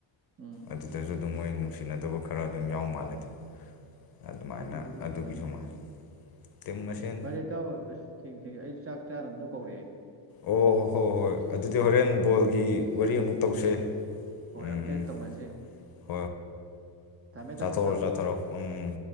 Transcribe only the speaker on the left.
ꯑꯗꯨꯗꯒꯤ ꯑꯗꯨꯃ ꯃꯣꯏꯅ ꯅꯨꯡꯁꯤꯅꯗꯕ ꯈꯔ ꯑꯗꯨꯝ ꯌꯥꯎ ꯃꯥꯜꯂꯦꯗ ꯑꯗꯨꯃꯥꯏꯅ
ꯑꯗꯨꯒꯤꯁꯨ ꯃꯥꯜꯂꯦ ꯇꯤꯝ ꯃꯁꯦꯟ
ꯑꯣ ꯍꯣꯏ ꯍꯣꯏ ꯑꯗꯨꯗꯤ ꯍꯣꯔꯦꯟ ꯕꯣꯜꯒꯤ ꯋꯥꯔꯤ ꯑꯃꯨꯛ ꯇꯧꯁꯦ
ꯎꯝ
ꯎꯝ
ꯆꯥꯊꯔꯣ
ꯆꯥꯊꯔꯣ ꯎꯝ ꯎꯝ